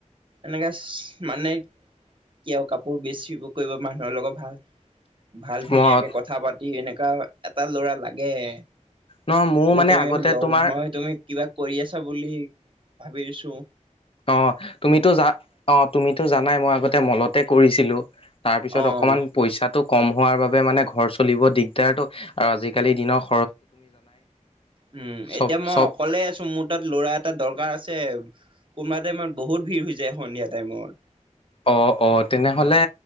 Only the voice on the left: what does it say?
মত
ন মোৰ মানে
আগতে
তোমাৰ
অঁ', তুমিতো যা' অঁ',। তুমিতো জানাই মই আগতে মলতে কৰিছিলোঁ, তাৰপিছত
অকণমান- পইচাটো কম হোৱাৰ বাবে মানে ঘৰ চলিব দিগদাৰটো, আৰু আজিকালি দিনত
চব
চব
অ', -অ', তেনেহ'লে